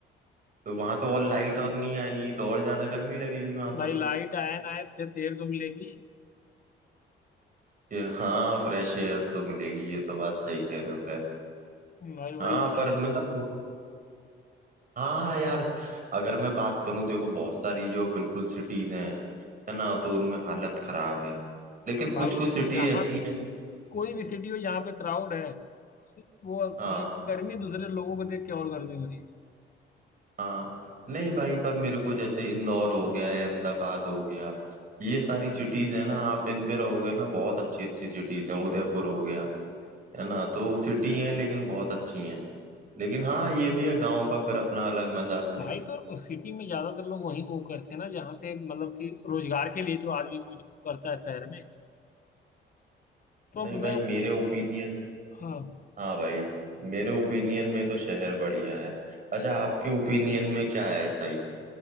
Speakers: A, on the right; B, on the left.
A: तो वहां तो और लाइट ऑन नहीं आएगी तो और ज्यादा गर्मी लगेगी वहां
B: भाई
A: तो
B: लाइट आए ना आए फ्रेश एयर तो मिलेगी
A: ये हाँ फ्रेश एयर तो मिलेगी ये तो बात सही कह रहे हो खैर
B: भाई वही
A: हाँ
B: चाहिए
A: पर मतलब
B: यार
A: हाँ यार अगर मैं बात करूं देखो बहुत सारी जो बिल्कुल सिटीज हैं है ना तो उनमें हालत खराब है लेकिन
B: भाई
A: कुछ कुछ सिटी
B: जहाँ
A: ऐसी
B: भी
A: हैं
B: कोई भी सिटी हो जहाँ पे क्राउड है वो
A: हाँ
B: एक तो गर्मी दूसरे लोगों को देख के और गर्मी हो रही है
A: हाँ नहीं भाई पर मेरे को जैसे इंदौर हो गया है अहमदाबाद हो गया ये सारी सिटीज है ना आप इन पे रहोगे ना बहुत अच्छी अच्छी सिटीज हैं उदयपुर हो गया है ना तो सिटी हैं लेकिन बहुत अच्छी हैं लेकिन हाँ ये भी है गाँव का फिर अपना अलग मजा भी
B: भाई
A: है
B: तो उस सिटी में ज्यादातर लोग वहीं मूव करते हैं ना जहाँ पे मतलब कि रोजगार के लिए तो आदमी मूव करता है शहर में तो अब
A: नहीं
B: उधर
A: भाई मेरे ओपिनियन
B: हाँ
A: हाँ भाई मेरे ओपिनियन में तो शहर बढ़िया है अच्छा आपके ओपिनियन में क्या है सही